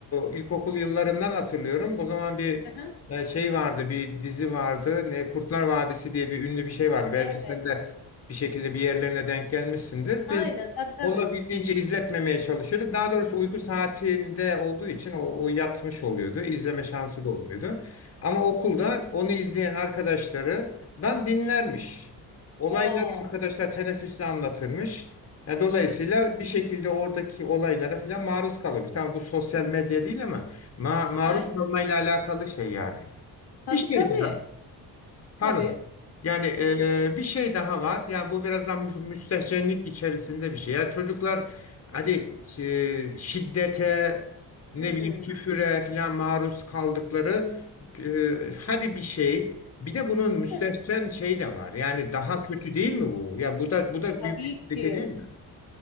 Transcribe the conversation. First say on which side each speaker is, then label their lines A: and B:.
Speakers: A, on the left (about 35°); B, on the left (about 65°).
A: e, ilkokul yıllarından hatırlıyorum. O zaman bir
B: Aha.
A: e, şey vardı, bir dizi vardı. Ne Kurtlar Vadisi diye bir ünlü bir şey vardı. Belki
B: Evet.
A: sen de bir şekilde bir yerlerine denk gelmişsindir.
B: Aynen
A: Biz
B: tabii tabii.
A: olabildiğince izletmemeye çalışıyorduk. Daha doğrusu uyku saatinde olduğu için o, o yatmış oluyordu. İzleme şansı
B: Hmm.
A: da olmuyordu. Ama okulda onu izleyen arkadaşlarından dinlermiş. Olayları
B: Aa,
A: arkadaşlar teneffüsle anlatırmış. Ya dolayısıyla bir şekilde oradaki olaylara falan maruz kalıyormuş. Tamam bu sosyal medya değil ama ma maruz
B: ay,
A: kalmayla alakalı şey yani.
B: tabii
A: Bir şey
B: tabii.
A: daha. Pardon.
B: Tabii.
A: Yani e,
B: Yok yok.
A: bir şey daha var. Ya bu biraz da mü- müstehcenlik içerisinde bir şey. Ya çocuklar hadi e, şiddete, ne
B: Hmm.
A: bileyim küfüre falan maruz kaldıkları e, hadi bir şey. Bir de bunun müstehcen
B: Evet.
A: şey de var. Yani daha
B: Hı.
A: kötü değil mi bu? Ya bu da bu da
B: Tabii
A: büyük bir tehlike
B: ki.
A: değil mi?